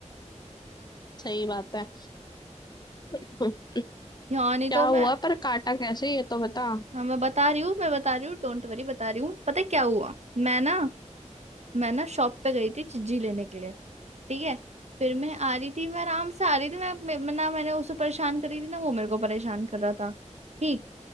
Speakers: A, on the left; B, on the right.
A: सही बात है <laughs>
B: हाँ नहीं
A: क्या
B: तो
A: हुआ
B: मैं
A: पर काटा कैसे ये तो बता
B: हाँ मैं बता रही हूँ मैं बता रही हूँ डोंट वरी बता रही हूँ पता है क्या हुआ मैं ना मैं ना शॉप पे गई थी चिज्जी लेने के लिए ठीक है फिर मैं आ रही थी मैं आराम से आ रही थी मैं, मैं मैं- ना मैंने उसे परेशान करी थी ना वो मेरे को परेशान कर रहा था ठीक